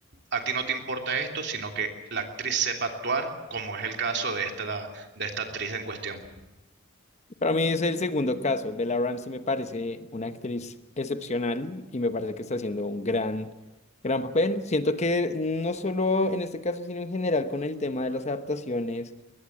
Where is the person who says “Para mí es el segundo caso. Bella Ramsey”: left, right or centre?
Left